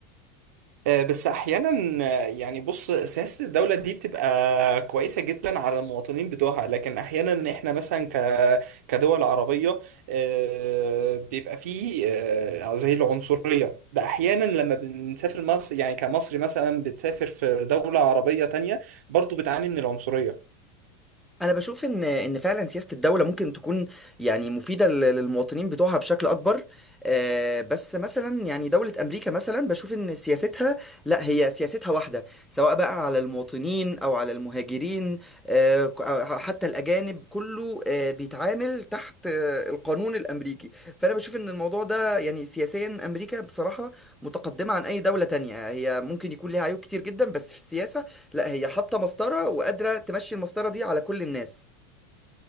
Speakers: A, on the right (about 70°); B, in the centre.
A: آه، بس احيانا آه، يعني بص سياسه الدوله دي بتبقى كويسه جدا على المواطنين بتوعها لكن احيانا احنا مثلا ك كدول عربيه آه، بيبقى فيه آه، زي العنصريه ده احيانا لما بنسافر مصر يعني كمصري مثلا بتسافر في دوله عربيه تانية برضو بتعاني من العنصريه
B: انا بشوف ان ان فعلا سياسه الدوله ممكن تكون يعني مفيده لل- للمواطنين بتوعها بشكل اكبر آه، بس مثلا يعني دوله امريكا مثلا بشوف ان سياستها لا هي سياستها واحده سواء بقى على المواطنين او على المهاجرين آه، ك- أو حتى الاجانب كله آه، بيتعامل تحت آه، القانون الامريكي فانا بشوف ان الموضوع ده يعني سياسيا امريكا بصراحه متقدمه عن اي دوله تانية هي ممكن يكون ليها عيوب كتير جدا بس في السياسه لا هي حاطه مسطره وقادره تمشي المسطره دي على كل الناس